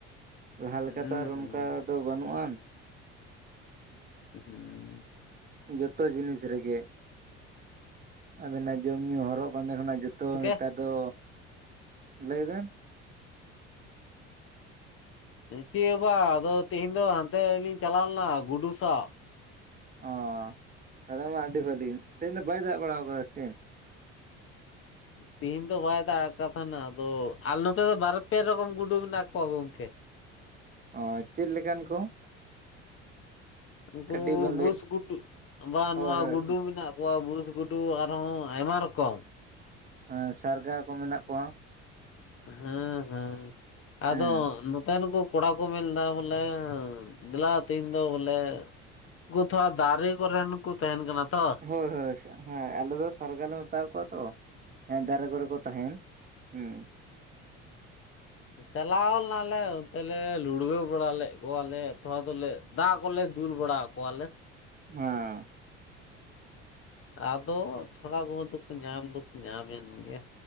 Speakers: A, on the right; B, on the left.
A: ᱞᱟᱦᱟ
B: ᱦᱩᱸ
A: ᱞᱮᱠᱟ ᱛᱚ ᱟᱨ
B: ᱦᱩᱸ
A: ᱚᱱᱠᱟ ᱫᱚ ᱵᱟᱹᱱᱩᱜ ᱟᱱ
B: <inaudible>
A: ᱡᱚᱛᱚ ᱡᱤᱱᱤᱥ ᱨᱮᱜᱮ ᱟᱵᱮᱱᱟᱜ ᱡᱚᱢ ᱧᱩ ᱦᱚᱨᱚᱜ ᱵᱟᱸᱫᱮ ᱠᱷᱚᱱᱟᱜᱚ ᱡᱚᱼᱼᱼ ᱛᱚ
B: ᱜᱚᱝᱠᱮ
A: ᱱᱮᱛᱟᱨ ᱫᱚ ᱞᱟᱹᱭ ᱵᱮᱱ
B: ᱪᱮᱫ ᱵᱟ ᱟᱫᱚ ᱛᱮᱦᱤᱧ ᱫᱚ ᱦᱟᱱᱛᱮ ᱞᱤᱧ ᱪᱟᱞᱟᱣ ᱞᱮᱱᱟ ᱜᱩᱰᱩ ᱥᱟᱵ
A: ᱚ ᱛᱟᱦᱚᱞᱮ ᱢᱟ ᱟᱰᱤ ᱵᱷᱟᱜᱤ ᱛᱮᱦᱮᱧ ᱫᱚ ᱵᱟᱭ ᱫᱟᱜ ᱵᱟᱲᱟ ᱠᱟᱜ‌ ᱟᱭ ᱥᱮᱪᱮᱜ
B: ᱛᱤᱦᱤᱧ ᱫᱚ ᱵᱟᱭ ᱫᱟᱜ ᱠᱟᱫᱟ ᱱᱟ ᱟᱫᱚ ᱟᱞ ᱱᱚᱛᱮ ᱫᱚ ᱵᱟᱨᱯᱮ ᱨᱚᱠᱚᱢ ᱜᱩᱰᱩ ᱢᱮᱱᱟᱜ ᱠᱚᱣᱟ ᱜᱚᱢᱠᱮ
A: ᱚ ᱪᱮᱫ ᱞᱮᱠᱟᱱ ᱠᱚ
B: ᱩᱱᱠᱩ
A: ᱠᱟᱹᱴᱤᱡ ᱵᱮᱱ
B: ᱵᱩᱥ
A: ᱞᱟᱹᱭ
B: ᱜᱩᱰᱩ ᱵᱟ
A: ᱦᱳᱭ
B: ᱱᱚᱣᱟ
A: ᱦᱳᱭ
B: ᱜᱩᱰᱩ ᱢᱮᱱᱟᱜ ᱣᱟᱜ ᱵᱩᱥ ᱜᱩᱰᱩ ᱟᱨᱦᱚᱸ ᱟᱭᱢᱟ ᱨᱚᱠᱚᱢ
A: ᱦᱮ ᱥᱟᱨᱜᱟ ᱠᱚ ᱢᱮᱱᱟᱜ ᱠᱚᱣᱟ
B: ᱦᱩᱸ ᱦᱩᱸ ᱟᱫᱚ
A: ᱦᱮᱸ
B: ᱱᱚᱛᱮ ᱱᱩᱠᱩ ᱠᱚᱲᱟ ᱠᱚ ᱢᱮᱱ ᱮᱫᱟ ᱵᱚᱞᱮ ᱫᱮᱞᱟ ᱛᱮᱦᱮᱧ ᱫᱚ ᱵᱚᱞᱮ ᱩᱱᱠᱩ ᱛᱚ ᱟᱨ ᱫᱟᱨᱮ ᱠᱚᱨᱮᱱ ᱠᱚ ᱛᱟᱦᱮᱱ ᱠᱟᱱᱟ ᱛᱚ
A: ᱦᱳᱭ ᱦᱳᱭ ᱦᱮᱸ ᱟᱞᱮ ᱫᱚ ᱥᱟᱨᱜᱟᱞᱮ ᱢᱮᱛᱟ ᱠᱚᱣᱟ ᱛᱚ ᱦᱮᱸ ᱫᱟᱨᱮ ᱠᱚᱨᱮ ᱠᱚ ᱛᱟᱦᱮᱱ ᱦᱩᱸ
B: ᱪᱟᱞᱟᱣ ᱞᱮᱱᱟᱞᱮ ᱚᱱᱛᱮ ᱞᱮ ᱞᱩᱲᱵᱟᱹ ᱵᱟᱲᱟ ᱞᱮᱫ ᱠᱚᱣᱟᱞᱮ ᱛᱷᱚᱲᱟ ᱫᱚᱞᱮ ᱫᱟᱜ ᱠᱚᱞᱮ ᱫᱩᱞ ᱵᱟᱲᱟ ᱠᱚᱣᱟᱞᱮ
A: <unintelligible>
B: ᱟᱫᱚ ᱛᱷᱚᱲᱟ ᱵᱚᱦᱩᱫ ᱫᱚᱠᱚ ᱧᱟᱢ ᱫᱚᱠᱚ ᱧᱟᱢᱮᱱ ᱜᱮ